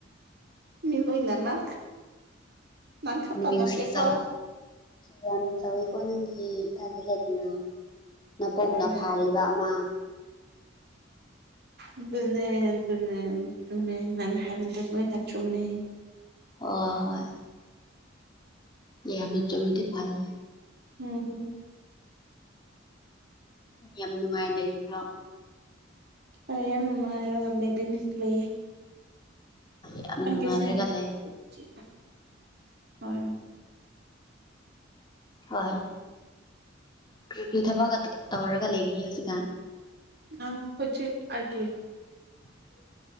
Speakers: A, on the right; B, on the left.
A: ꯃꯤꯂꯣꯏꯅꯃꯛ ꯅꯪ ꯈꯛꯇ
B: ꯃꯤꯅꯨꯡꯁꯤ
A: ꯅꯠꯇꯦꯀꯣ
B: ꯆꯥꯎ ꯌꯥꯝ ꯆꯩ ꯀꯣ ꯅꯪꯦ ꯊꯥ ꯊꯥꯖꯒꯤꯅ <unintelligible> ꯅꯀꯣꯛꯅ
A: ꯑꯦ
B: ꯐꯥꯔꯤ ꯑꯃ
A: ꯑꯗꯨꯅꯦ ꯑꯗꯨꯅꯦ ꯑꯗꯨꯨꯅ ꯑꯗꯨꯅꯦ ꯅꯪ ꯍꯥꯏꯔꯤꯕꯗꯨ ꯂꯣꯏꯅ ꯆꯨꯝꯃꯦ
B: ꯍꯣꯏ ꯍꯣꯏ ꯌꯥꯝꯅ ꯆꯨꯝꯃꯗꯤ ꯐꯥꯔꯦ
A: ꯎꯝ
B: ꯌꯥꯝꯅ ꯅꯨꯡꯉꯥꯏꯅ ꯂꯩꯔꯤꯕ꯭ꯔꯣ
A: ꯑꯩ ꯌꯥꯝ ꯅꯨꯡꯉꯥꯏꯔꯒ ꯂꯩꯕꯅꯤ ꯂꯩꯌꯦ
B: ꯌꯥꯝꯅ ꯅꯨꯡꯉꯥꯏ
A: ꯀꯦꯁꯤ
B: ꯂꯩꯔꯒ ꯂꯩ
A: <unintelligible> ꯍꯣꯏ
B: ꯍꯣꯏ ꯀꯔꯤ ꯀꯔꯤ ꯊꯕꯛ ꯀ ꯇꯣꯔꯒ ꯂꯩꯔꯤꯒꯦ ꯍꯧꯖꯤꯛꯀꯥꯟ
A: ꯅꯪ ꯍꯧꯖꯤꯛ ꯑꯩꯒꯤ
B: <inaudible>